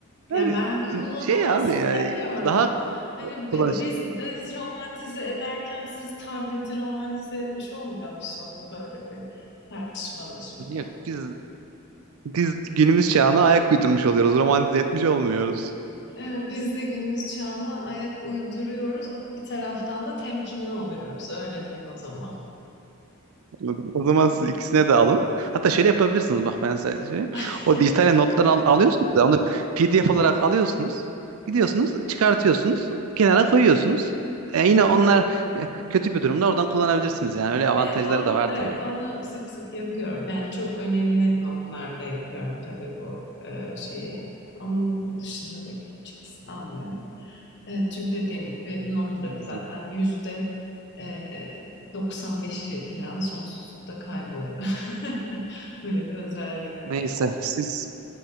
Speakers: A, on the left; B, on the right.
A: Yani
B: Yani
A: ben kullanılmasın
B: şey abi yani
A: demiyorum
B: daha
A: ama hani bi-
B: kolay.
A: biz biz romantize ederken siz tableti romantize etmiş olmuyor musunuz böyle bir tartışmada şimdi?
B: Yok, biz biz günümüz çağına ayak uydurmuş oluyoruz. Romantize etmiş olmuyoruz.
A: e, biz de günümüz çağına ayak uyduruyoruz ama bir taraftan da temkinli oluyoruz öyle diyeyim o zaman.
B: Anladın mı? O zaman siz ikisine de alın. Hatta şöyle yapabilirsiniz bak ben size söyleyeyim.
A: <laughs>
B: O dijital notları al- alıyorsunuz da onu PDF olarak alıyorsunuz. Gidiyorsunuz, çıkartıyorsunuz, kenara koyuyorsunuz. E, yine onlar e, kötü bir durumda oradan kullanabilirsiniz yani. Öyle avantajları
A: E, on,
B: da var
A: evet
B: tabii.
A: onu sık sık yapıyorum. Yani çok önemli notlarda yapıyorum tabii bu e, şeyi. Onun dışında pek çıktısını almıyorum. E, çünkü dediğim gibi notların
B: Anladım.
A: zaten yüzde e, 95'i filan sonsuzlukta kayboluyor. <laughs> Böyle bir özelliği var
B: Neyse
A: genel.
B: siz